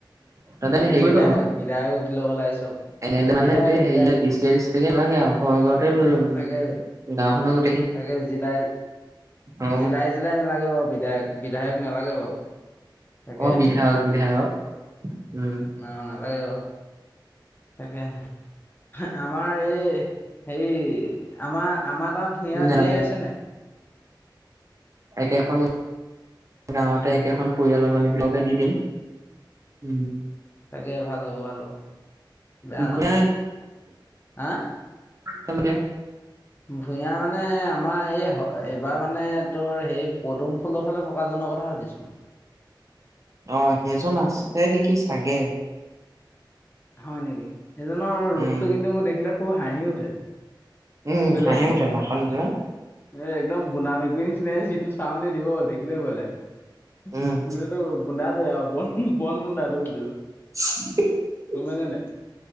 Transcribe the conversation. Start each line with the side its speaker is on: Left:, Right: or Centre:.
Right: তাতে আমি
Left: এই
Right: হেৰি কৰি
Left: বিধায়ক,
Right: লম আৰু
Left: বিধায়ক উঠি লব লাগে চব
Right: এম এল এ মানে
Left: বিধায়ক
Right: গোটেই হেৰি
Left: বিধায়ক
Right: <unintelligible> নাগে আৰু ঘৰ-ঘৰতে লৈলম আমি।
Left: তাকে
Right: গাওঁখনৰ গো-
Left: তাকে জিলাই,
Right: অ
Left: জিলাই-জিলাই নালাগে বাৰু বিধা- য়ক, বিধায়ক নালাগে বাৰু তাকে
Right: অ বিধায়ক, বিধায়ক। উম
Left: অ নালাগে বাও তাকে, হে, আমাৰ এই, হেৰি আমাৰ, আমাৰ তাৰ ভূঞা
Right: নালাগে
Left: জীয়াই আছে নাই?
Right: একেখন গাঁৱতে একেখন পৰিয়ালৰ মানুহ বিলাকে দি দিম উম,
Left: তাকে ভাল হ'ব ভাল হ'ব, বেয়া
Right: ভূঞা
Left: নহয় হা।
Right: চৈধ্য
Left: ভূঞা মানে আমাৰ এই এইবাৰ মানে তোৰ হেই পদুম ফুলৰ ফালে থকা জ কথা সুধিছো মই।
Right: অ' সেইজন আছে নেকি চাগে।
Left: হয় নেকি সিজনৰ ৰূপটো
Right: উম
Left: কিন্তু মোৰ দেখিলে খুব হাঁহি উঠে।
Right: উম
Left: বেলেগ
Right: হাঁহি
Left: এ
Right: উঠে ভাষণ দিলে
Left: একদম বুনা মেকুৰিৰ নি নিচিাই যিটো চানি দিব দে লে ভয় লাগে
Right: উম
Left: গোটেইটো বুন্দাটো আৰু বন বন বুন্দাটো গোটেইটো।
Right: <inaudible>
Left: পমপাই চ নে নাই